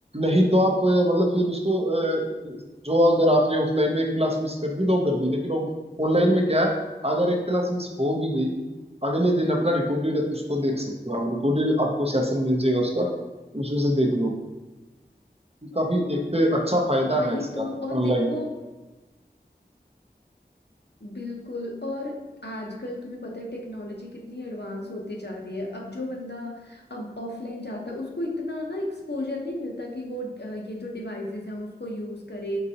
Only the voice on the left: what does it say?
वही
तो और
देखो
बिल्कुल और आजकल तुम्हें पता है टेक्नोलॉजी कितनी एडवांस होती जा रही है अब जो बंदा अब ऑफलाइन जाता है उसको इतना ना एक्सपोजर नहीं मिलता कि वो अ, ये जो डिवाइसेस हैं उसको यूज करे